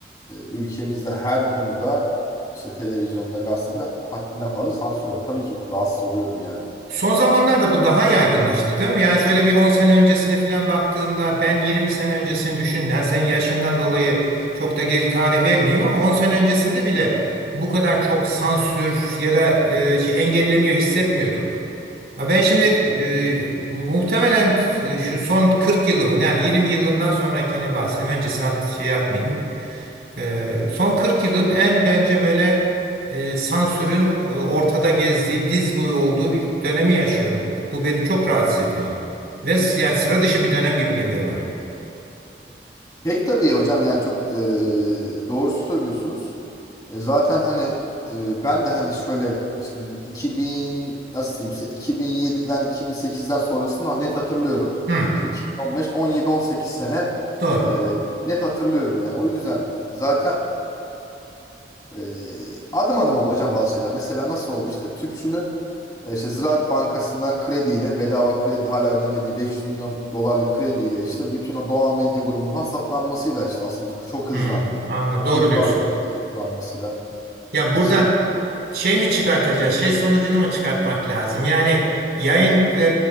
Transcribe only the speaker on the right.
Son zamanlarda bu daha yaygınlaştı değil mi? Yani şöyle bir 10 sene öncesine falan baktığında ben 20 sene öncesini düşün. Yani sen yaşından dolayı çok da geri tarih vermeyeyim ama 10 sene öncesinde bile bu kadar çok sansür ya da e, şey, engelleniyor hissetmiyorduk. Ha Ben şimdi e, bu- muhtemelen e, şu son 40 yılımın yani 20 yılından sonrakini bahsedeyim. Öncesini at- şey yapmayayım. Ee, son 40 yılın en bence böyle e, sansürün e, ortada gezdiği, diz boyu olduğu bir dönemi yaşıyorum. Bu beni çok rahatsız ediyor. Ve s- yani sıra dışı bir dönem gibi geliyor bana.
Hı,
doğru.
Hı, anladım. Doğru
diyorsun.
Ya
burada
şey mi çıkartacağız? Şey sonucunu mu çıkartmak lazım? Yani yayın ve